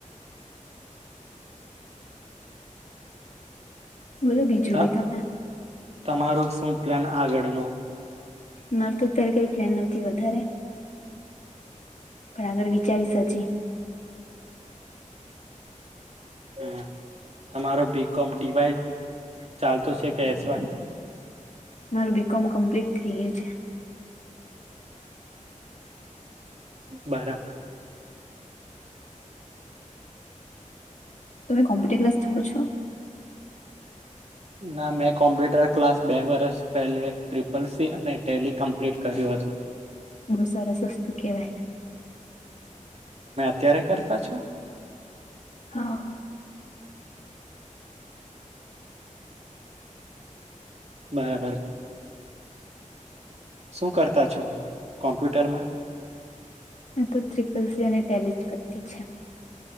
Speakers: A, on the left (about 65°); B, on the right (about 50°).
A: બોલો બીજું
B: ત
A: કઈ તમે
B: તમારું શું પ્લાન આગળનો?
A: મારે તો અત્યારે કઈ પ્લેન નથી વધારે પણ આગળ વિચારીશ અજી
B: હમ તમારો બીકોમ ટી વાય ચાલતું છે, કે એસ વાય
A: મારું બીકોમ કમ્પ્લીટ થઈ ગયું છે.
B: બરા
A: તમે કોમ્પીટર ક્લાસ જાઓ છો?
B: ના મેં કોમ્પ્યુટર ક્લાસ બે વર્ષ પહેલે ટ્રિપલ સી અને ટેઈ કમ્પ્લીટ કર્યું હ તું.
A: બો સરસ વસ્તું કેવાય
B: ક્યારે કરતા છો?
A: હા.
B: બરાબર. શું કરતા છો કોમ્પ્યુટરમાં?
A: મે તો ત્રિપલ સી અને ટેલી જ કરતી છેસ